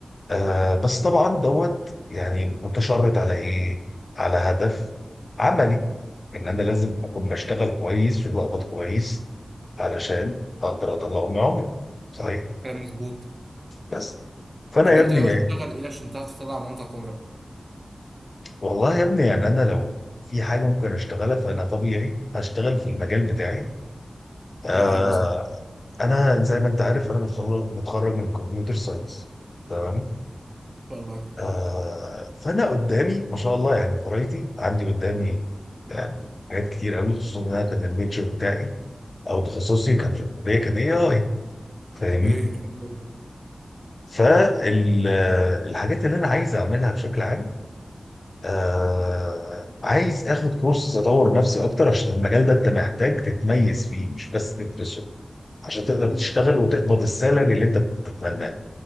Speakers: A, on the left; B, on the right.
A: آه بس طبعا دوت يعني متشرط على ايه؟ على هدف عملي ان انا لازم اكون بشتغل كويس وبقبض كويس علشان اقدر اطلع من عمري صحيح
B: كلام مظبوط
A: بس فانا
B: طب
A: يا
B: وانت
A: ابني
B: ناوي
A: يعني
B: تشتغل ايه عشان تعرف تطلع منطقه عمرك
A: والله يا ابني يعني انا لو في حاجه ممكن اشتغلها فانا طبيعي هشتغل في المجال بتاعي آه
B: زي ايه مثلا ان
A: انا زي ما انت عارف انا متخرج متخرج من كمبيوتر ساينس تمام
B: شاء الله
A: آه فانا قدامي ما شاء الله يعني فرايتي عندي قدامي يعني حاجات كتير قوي خصوصا ان انا كان الميجر بتاعي او تخصصي كان في الكليه كان اي اي فاهمني
B: ايه حلو
A: فالحاجات اللي انا عايز اعملها بشكل عام آه عايز اخد كورسز اطور نفسي اكتر عشان المجال ده انت محتاج تتميز فيه مش بس تدرسه عشان تقدر
B: قوي
A: تشتغل وتقبض السالري اللي انت بتتمناه